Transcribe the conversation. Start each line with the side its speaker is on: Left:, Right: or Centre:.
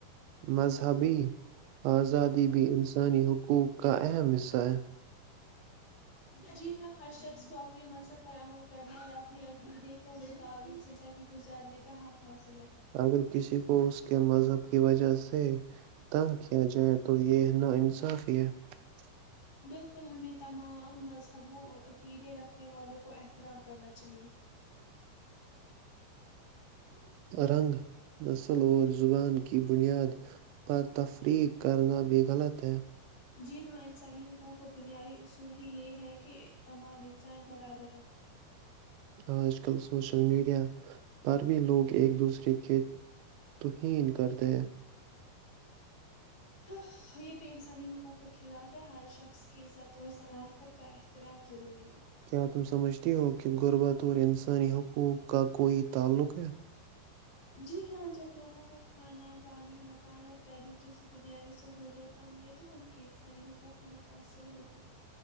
Right: مذہبی آزادی بھی انسانی حکم کو <unintelligible> کا اہم حصہ ہے
Left: جی ہاں ہر شخص کو اپنے مذہب پر عمل کرنے اور اپنے عقیدے کو و م تعابون زندگی گزارنے کا حق حاصل ہے
Right: اگر کسی کو اس کے مذہب کی وجہ سے تنگ کیا جائے تو یہ نہ انصاف اک <unintelligible>
Left: بالکل ہمیں تمام مذہبوں اور عکیدے رکھنے والوں کو احترام کرنا چاہی چاہیے
Right: رنگ نسل اور زبان کی بنیاد پر تفریح کرنا بھی غلط ہے
Left: جی ہاں انسانی حقوق کو بنیادی اصول ہی یہ ہے کہ تمام انسان برابر ہیں
Right: آج کل سوشل میڈیا پر بھی لوگ ایک دوسرے کی توہین کرتے ہیں
Left: ہاں یہ بھی انسانی حقوقت خلاف ہے ہر شخص کی عزت اور شناخت کا احترام ضروری ہے
Right: کیا تم سمجھتی ہو کہ غربت اور انسانی حقوق کا کوئی تعلق ہے
Left: جی ہاں جب لوگوں کو کھانا پانی مکان اور تعلیم جیسی بنیادی سہولت نہ ملے تو ان کے انسانی حقوق متاثر ہوتے